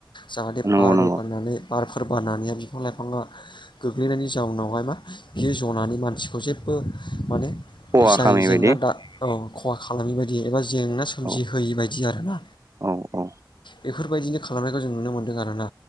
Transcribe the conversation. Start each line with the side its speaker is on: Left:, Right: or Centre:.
Left: जाहाथे
Right: नंगौ
Left: बारफोर
Right: नंगौ
Left: बाननानै बारफोर बनानै बिफां लाइफाङा गोग्लैनायनि जाउनावहाय मा बि जनानै मानसिखौ जेबबो माने
Right: खहा
Left: जाय
Right: खालामै
Left: जेंना
Right: बायदि
Left: दा औ खहा खालामै बायदि एबा जेंना सोमजिहोयि
Right: औ
Left: बायदि आरोना
Right: औ औ
Left: बेफोरबायदिनो खालामनायखौ जों नुनो मोन्दों आरो ना।